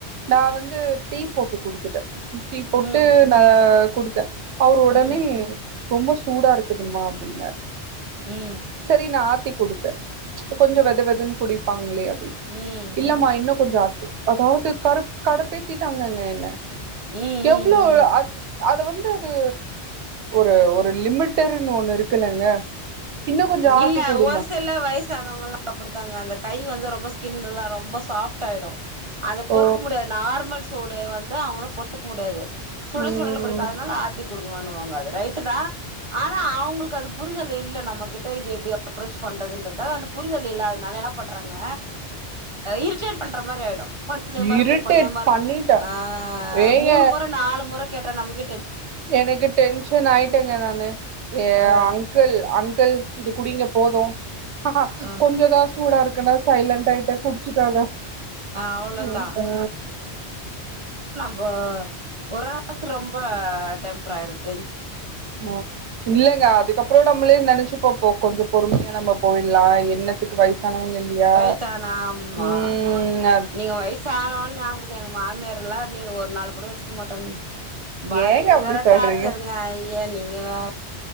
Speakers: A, on the right (about 85°); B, on the right (about 35°).
A: நான் வந்து டீ போட்டு குடுத்துட்டேன் டீ போட்டு
B: ம்
A: நா ஆ குடுத்த அவர் உடனே
B: ம்
A: ரொம்ப சு சூடா இருக்குதுமா அப்டின்னாரு
B: ம்
A: செரி நா ஆத்தி குடுத்த கொஞ்சோ
B: ம்
A: வெத வெதன்னு குடிப்பாங்களே அப்டின்
B: ம்
A: இல்லமா இன்னும் கொஞ்சோ ஆத்து அதாவது கடு கடுப்பேத்திட்டாங்க என்ன
B: ம் ம்
A: எவ்ளோஒரு
B: ம்
A: அத வந்து அது ஒரு ஒரு லிமிட்டர்ன்னு ஒண்ணு இருக்குல்லங்க இன்னு கொஞ்சோ ஆத்தி
B: இல்ல
A: குடுமா
B: ஒரு சில வயசானவங்கல்லாம் அப்படுத்தாங்க அந்த கை வந்து ரொம்ப ஸ்கின் எல்லா ரொம்ப சாஃப்ட ஆயிடும் அத பொறுக்க
A: ஓ
B: முடியாது நார்மல் சூடு வந்து அவங்கள பொறுத்துக்க முடியாது சுடசுடன்னு
A: ம்
B: குடுக்கறதனால ஆத்தி குடுங்கானுவா அது ரைட்டு தான் ஆனா அவங்களுக்கு அது புரிதல் இல்லேநம்ம கிட்ட ட்ட இது எப்படி அப்ரோச் பண்றதுன்றதுக்காக அந்த புரிதல் இல்லாதனால என்ன பண்றாங்க இரிட்டேட் பண்ற மாதிரி ஆயிடும் பண்ணு மறுபடி
A: இரிட்டேட்
B: பண்ணு மறு
A: பண்ணிட்ட
B: ஆமூணு
A: ஏங்க
B: முறை நாலு முறை கேட்டா நமக்
A: எனக்கு டென்ஷன் ஆயி ங்க நானு ஏ
B: ஆ
A: அங்கிள் அங் அங்கிள் இது குடிங்க போதும் ஆஹ
B: ஆ
A: கொஞ்சம்தான் சூடா இருக்கு இந்த மாதிரி சைலன்ட் லைட்டா குடிச்சாகாக
B: அவ்ளோதா
A: ஹூ ஹா
B: ப்ப ஒரளவுக்கு ரொம்ப டெம்பர் ஆயிட்டு
A: ஆஹ இல்லைங்க அதுக்கப்புறம் நம்மளே நினைச்ச பாப்போம் கொஞ்சம் பொறுமையா நம்ம போயிடலாம் என்ன இதுக்கு வயசானவங்க இல்லையா
B: வயசானா ஆமா
A: உம்
B: நீங்க வயசு ஆனவன் எங்க மாமியாரெல்லாம் நீங்க ஒரு நாள் கூட வச்சு மாட்டங்களா பயங்கர
A: ஏங்க அப்டி சொல்றீங்க
B: டார்ச்சருங்க ஐய நீங்க வேற